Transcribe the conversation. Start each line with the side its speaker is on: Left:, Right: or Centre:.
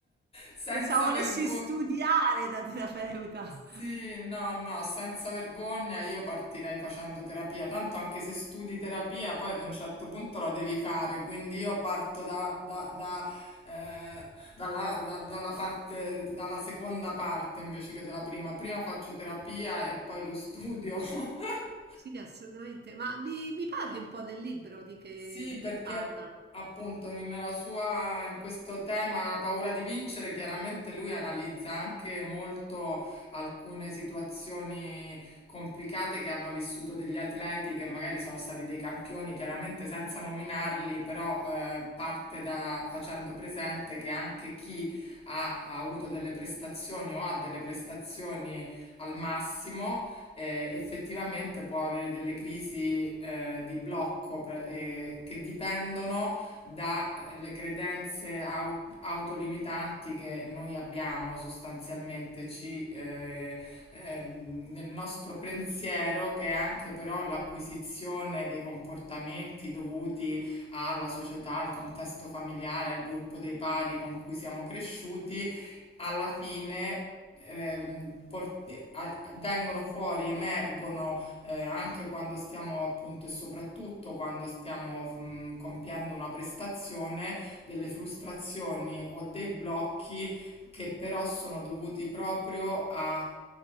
Left: senza
Right: Pensavo volessi
Left: vergogna.
Right: studiare da terapeuta.
Left: Sì, no, no, senza vergogna io partirei facendo terapia, tanto anche se studi terapia poi ad un certo punto la devi fare, quindi io parto da- da- da, eh, dalla, da- dalla parte, dalla seconda parte invece che dalla prima. Prima faccio terapia e poi lo studio <laughs>
Right: Sì, assolutamente. Ma mi, mi parli un po' del libro, di che,
Left: Sì,
Right: di
Left: perché
Right: che parla?
Left: appunto nella sua, in questo tema la paura di vincere, chiaramente lui analizza anche molto alcune situazioni complicate che hanno vissuto degli atleti che magari sono stati dei campioni, chiaramente senza nominarli, però eh, parte da facendo presente che anche chi ha, ha avuto delle prestazioni o ha delle prestazioni al massimo eh, effettivamente può avere delle crisi eh, di blocco pre- eh, che dipendono dalle credenze au- autolimitanti che noi abbiamo sostanzialmente ci, eh, ehm, nel nostro pensiero, che è anche però l'acquisizione dei comportamenti dovuti alla società, al contesto familiare, al gruppo dei pari con cui siamo cresciuti alla fine ehm, port- a- vengono fuori, emergono eh, anche quando stiamo appunto e soprattutto quando stiamo mh, compiendo una prestazione, delle frustrazioni o dei blocchi che però sono dovuti proprio a